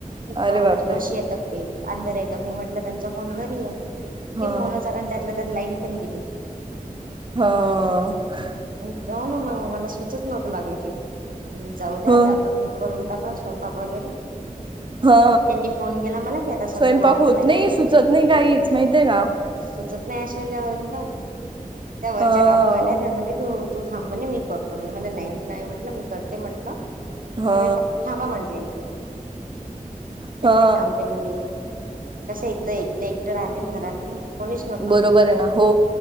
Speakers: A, on the right (about 75°); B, on the right (about 35°).
A: की
B: अरे
A: म्हणजे
B: बापरे
A: कशी आहे तब्येत? अंधार आहे का मी म्हंटलं त्यांचा फोन घरी आहे इतके
B: हा
A: फोन चाला आणि त्यातला तर लाईन पण गेली.
B: ह.
A: आणि तेव्हा ना मग मला सूचच नव्हता लागलं काही. म्हणलं जाऊ द्या
B: ह
A: आता आपण करून टाकावा स्वंयपाक वगैरे?
B: हा
A: त्यांनी फोन केला मला कि आता सगळं
B: स्वयंपाक
A: नॉर्मल
B: होत
A: आहे
B: नाही
A: म्हणे.
B: सुचत नाही काहीच माहितीय का
A: सुचत नाही अशाच्या बाजूबा त्या वरच्या
B: ह
A: काकू आल्या त्या म्हणजे तू. तू थांबणे मी करतो म्हणजे मला नाही नाही म्हटलं मी करते म्हटलं.
B: हा
A: तुम्ही फक्त थांबा म्हटलं इथ. त्या
B: हा
A: मणे थांबते म्हणे मी कश इथ एकटं एकट राहते ना घरात मग. कोणीच नव्हत.
B: बरोबर आहे ना हो